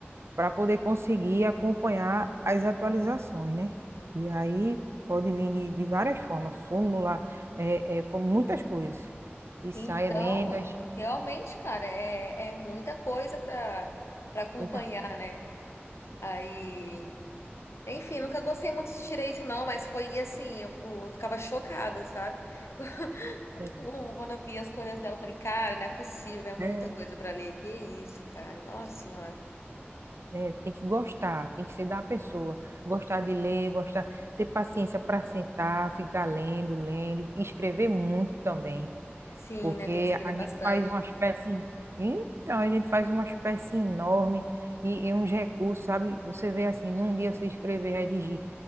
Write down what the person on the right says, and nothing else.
para poder conseguir acompanhar as atualizações, né? E aí pode vir de, de várias formas, súmula, é, é, com muitas coisas. E sai
emendas,
muita,
É,
é,
é, tem que gostar, tem que ser da pessoa. Gostar de ler, gostar, ter paciência para sentar, ficar lendo, lendo, escrever muito também.
Porque
a
gente faz uma espécie. Então, a gente faz uma espécie enorme e, e uns recursos, sabe? Você vê assim, num dia você escrever, redigir